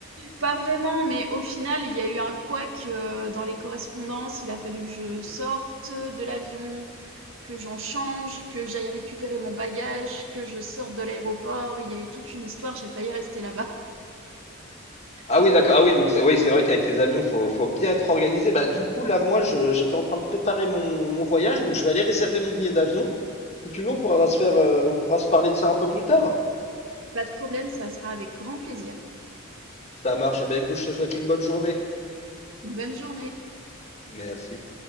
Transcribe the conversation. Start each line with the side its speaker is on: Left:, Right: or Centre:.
Right: Pas vraiment, mais au final, il y a eu un couac euh, dans les correspondances. Il a fallu que je sorte de l'avion, que j'en change, que j'aille récupérer mon bagage, que je sorte de l'aéroport. Il y a eu toute une histoire. J'ai failli rester là-bas.
Left: Ah
Right: Donc,
Left: oui, d'accord. Ah oui, donc c'est- oui, c'est vrai qu'avec les avions, faut, faut bien être organisé. Bah, du coup, là, moi, je- j'étais en train de préparer mon, mon voyage, donc je vais aller réserver mon billet d'avion. Si tu veux, on pourra se faire, euh, on pourra se parler de ça un peu plus tard.
Right: pas de problème, ça sera avec grand plaisir.
Left: Ça marche. Eh bien, écoute, je te souhaite une bonne journée.
Right: Bonne journée.
Left: Merci.